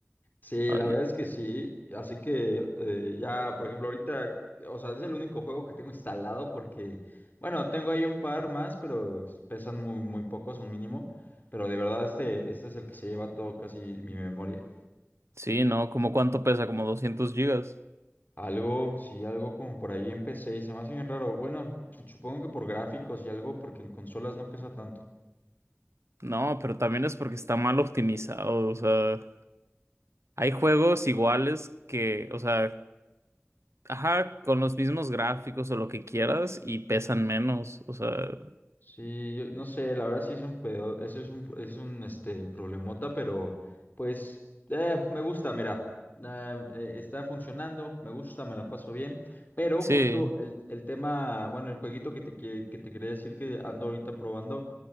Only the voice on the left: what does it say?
Sí,
la
verdad es que sí. Así que eh, ya, por ejemplo, ahorita, o sea, es el único juego que tengo instalado porque, bueno, tengo ahí un par más, pero pesan muy, muy pocos, un mínimo. Pero de verdad, este, este es el que se lleva todo casi mi memoria.
Algo, sí, algo como por ahí empecé y se me hace bien raro. Bueno, supongo que por gráficos y algo, porque en consolas no pesa tanto.
Sí, yo no sé, la verdad sí es un pedo, eso es un, es un este, problemota, pero pues eh, me gusta, mira, eh, eh, está funcionando, me gusta, me la paso bien, pero
justo el, el tema, bueno, el jueguito que te, que, que te quería decir que ando ahorita probando,